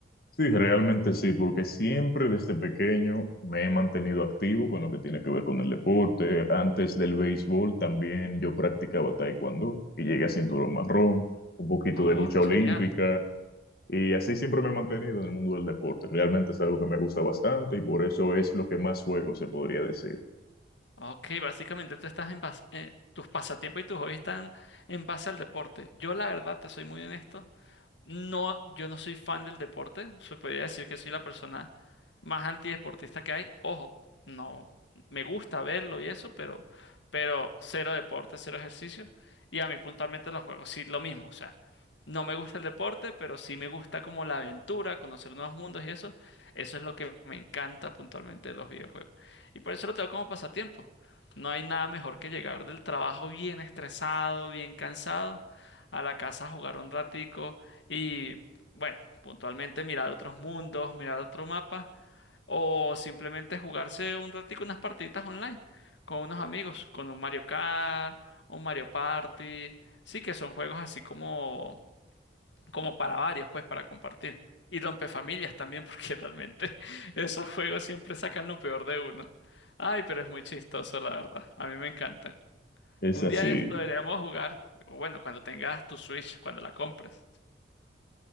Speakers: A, on the left; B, on the left.
A: Sí, realmente sí, porque siempre desde pequeño me he mantenido activo con lo que tiene que ver con el deporte. Antes del béisbol también yo practicaba taekwondo y llegué a cinturón marrón, un poquito
B: Oh,
A: de lucha olímpica
B: genial.
A: Y así siempre me he mantenido en el mundo del deporte. Realmente es algo que me gusta bastante y por eso es lo que más juego, se podría decir.
B: Ok, básicamente tú estás en base, eh, tus pasatiempos y tus hobbies están en base al deporte. Yo la verdad, te soy muy honesto. No, yo no soy fan del deporte. Se podría decir que soy la persona más antideportista que hay. Ojo, no me gusta verlo y eso, pero, pero cero deporte, cero ejercicio. Y a mí puntualmente los juegos, sí, lo mismo. O sea, no me gusta el deporte, pero sí me gusta como la aventura, conocer nuevos mundos y eso. Eso es lo que me encanta puntualmente de los videojuegos. Y por eso lo tengo como pasatiempo. No hay nada mejor que llegar del trabajo bien estresado, bien cansado, a la casa a jugar un ratico y bueno, puntualmente mirar otros mundos, mirar otro mapa o simplemente jugarse un ratico unas partiditas online con unos amigos, con un Mario Kart, un Mario Party. Sí que son juegos así como como para varios, pues para compartir. Y rompefamilias también porque <laughs> realmente esos juegos siempre sacan lo peor de uno. Ay, pero es muy chistoso, la verdad. A mí me encantan.
A: Es
B: Un
A: así.
B: día de esto deberíamos jugar. O bueno, cuando tengas tu Switch, cuando la compres.